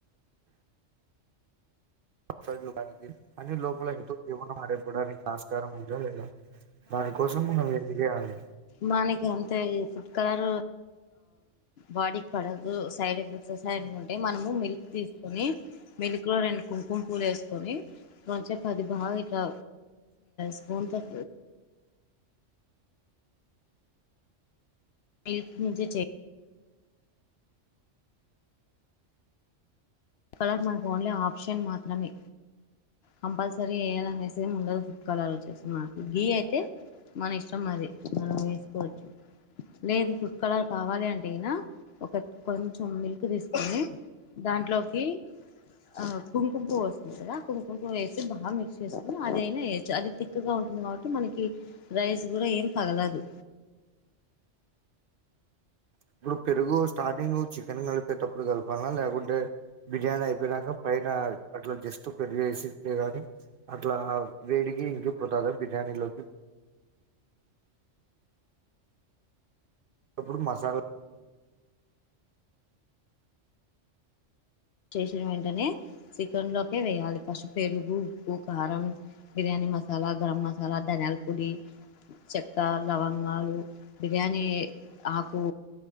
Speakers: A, on the right (about 60°); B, on the left (about 65°).
A: సైడ్ లోకానికి అన్ని లోపల ఇటు ఎవన్న మారిపోడానికి ఆస్కారముందా లేదా దాని కోసం మన వే బిర్యానీ
B: మానికెంతయింది కలర్ బాడీకి పడదు సైడ్ ఎఫెక్ట్స్ వస్తాయి అనుకుంటే మనము మిల్క్ తీసుకొని మిల్క్ లో రెండు కుంకుంపూలు వేసుకొని మంచ <unintelligible> పది బాగా ఇట్లా స్పూన్ త మీల్క్ నుంచె కలర్ మా ఫోన్లే ఆ ఆప్షన్ మాత్రమే కంపల్సరీ వేయాలనేసి ఉండదు ఫుడ్ కలర్ వచ్చేసి మనకు గీ అయితే మన ఇష్టం అది మనం వేసుకోవచ్చు లేదు ఫుడ్ కలర్ కావాలి అంటేనా ఒక కొంచెం మిల్క్ తీసుకొని దాంట్లో ఆ కుంకుమ పువ్వు వస్తుంది కదా ఆ కుంకము పువ్వు వేసి బాగా మిక్స్ చేసుకుని అదైనా వేయొచ్చు అది తిక్గా ఉంటుంది కాబట్టి మనకి రైస్ కూడా ఏం పగలదు
A: ఇప్పుడు పెరుగు స్టార్టింగ్ చికెన్ కలిపి తేటప్పుడు కలపాల లేకుంటే బిర్యానీ అయిపోయినాక పైన అట్లా జస్ట్ పెరుగు వేస్ ఇత్తే గాని అట్లా వేడికి ఇంకి పోతుందా బిర్యానీలోకి అప్పుడు మసాలా
B: చేసిన వెంటనే చికెన్ లోకి వెయ్యాలి, ఫస్ట్ పెరుగు, ఉప్పు, కారం, బిర్యానీ మసాలా, గరం మసాలా, ధనియాల పొడి, చెక్క, లవంగాలు, బిర్యానీ ఆకు